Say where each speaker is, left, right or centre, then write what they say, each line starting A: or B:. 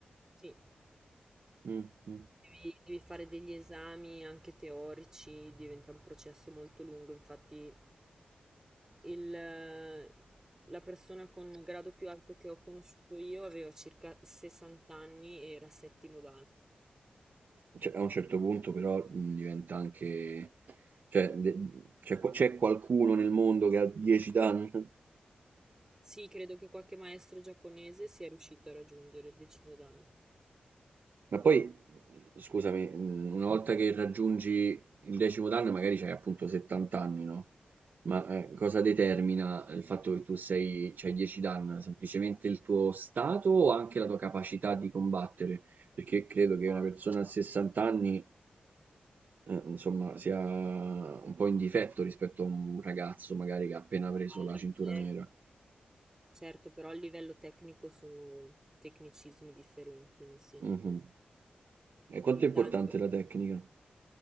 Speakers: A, on the right (about 15°); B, on the right (about 60°).
A: Sì.
B: Mh, mh.
A: Devi, devi fare degli esami anche teorici, diventa un processo molto lungo, infatti il- la persona con grado più alto che ho conosciuto io aveva circa 60 anni e era settimo dan.
B: Cioè, a un certo punto però mh, diventa anche... Cioè, de- c'è, qua- c'è qualcuno nel mondo che ha 10 Dan?
A: Sì, credo che qualche maestro giapponese sia riuscito a raggiungere il decimo dan.
B: Ma poi, scusami, mh, una volta che raggiungi il decimo danno, magari c'hai appunto 70 anni, no? Ma eh, cosa determina il fatto che tu sei, c'hai 10 danni? Semplicemente il tuo stato o anche la tua capacità di combattere? Perché credo
A: No,
B: che una persona
A: ancora
B: a
A: qua.
B: 60 anni, eh, insomma, sia un po' in difetto rispetto a un ragazzo magari che ha appena preso
A: Ah,
B: la
A: beh,
B: cintura
A: certo.
B: nera.
A: Certo, però a livello tecnico sono tecnicismi differenti, nel senso
B: Mhm. E quanto
A: il
B: è importante
A: dan
B: la tecnica?